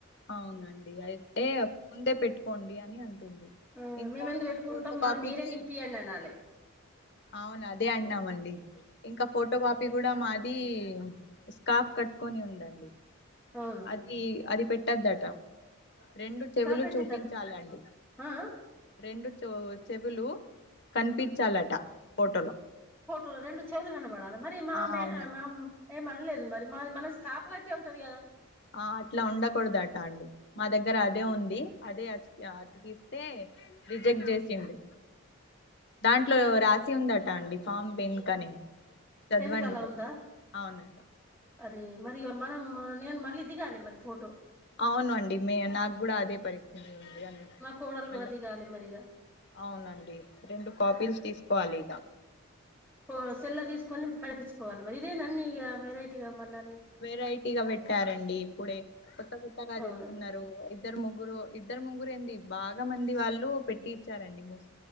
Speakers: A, on the left; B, in the centre.
A: అవునండి అయితే ముందే పెట్టుకోండి అని అంటుంది
B: ఆ
A: ఇంకా
B: మేము ఎందుకు పెట్టుకుంటాం
A: ఫోటో
B: మరి
A: కాపీకి
B: మీరే నింపియండి అనాలి
A: అవును అదే అన్నామండి ఇంకా ఫోటో పం పి కూడా మాది స్కార్ఫ్ కట్టుకొని ఉందండి
B: అవును
A: అదీ అది పెట్టొద్దట రెండు చెవులు
B: స్కాప్ పెట్టింది
A: చూపించాలండి
B: అద
A: రెండు చె చెవులు కనిపించాలట ఫోటోలో
B: ఫోటోలో రెండు చెవులు కనబడాల మరి మామె
A: ఆ అవున
B: మామ్ ఏం మనలేదు మరి మాది మన స్కాఫ్ కట్టే ఉంటది కదా
A: ఆ అట్లా ఉండకూడదట అండి మా దగ్గర అదే ఉంది అదే కిస్తే రిజెక్ట్ చేసిండు దాంట్లో రాసి ఉంది అట అండి ఫామ్ వెనుకనే చదవండి
B: వెనకలా
A: అట
B: ఉందా
A: అవునట
B: అది మరి ఇక మనం నేను మళ్ళీ దిగాలి మరి ఫోటో
A: అవును అండి మే నాకు కూడా అదే పరిస్థితి ఉంది అండి
B: మా కోడలు
A: మళ్ళా
B: కూడా దిగాలి మరిగా
A: అవును అండి రెండు కాపీస్ తీసుకోవాలి ఇక
B: ఓ సెల్లా తీసుకొని కడిపించుకోవాలి మరి ఇదే అన్ని ఇగా వెరైటీగా మళ్ళ అన్నీ
A: వెరైటీగా పెట్టారండి ఇప్పుడే కొత్త కొత్తగా
B: అవును
A: చెప్తున్నారు ఇద్దరు ముగ్గురు ఇద్దరు ముగ్గురు ఏంది బాగా మంది వాళ్ళు పెట్టి ఇచ్చారండి మోస్